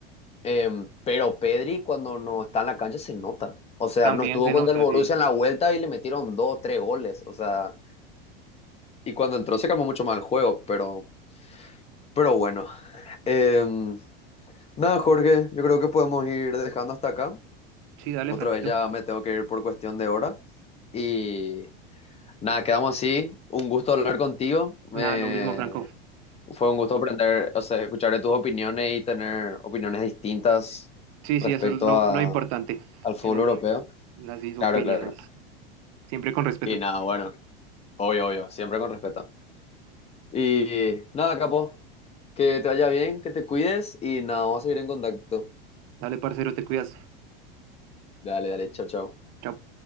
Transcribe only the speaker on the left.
em, pero Pedri cuando no está en la cancha se nota. O sea,
no estuvo
con
el Borussia
en la vuelta y le metieron dos, tres goles. O sea, Y cuando entró se calmó mucho más el juego, pero, pero bueno. Em, nada, Jorge, yo creo que podemos ir dejando hasta acá.
Otra
vez ya me tengo que ir por cuestión de hora. Y nada, quedamos así. Un gusto hablar contigo. Me...
Fue un gusto aprender, o sea, escuchar tus opiniones y tener opiniones distintas
respecto
a,
al fútbol
europeo.
Claro,
claro.
Y nada, bueno, obvio, obvio, siempre con respeto. Y nada, capo, que te vaya bien, que te cuides y nada, vamos a seguir en contacto.
Dale, dale, chao, chao.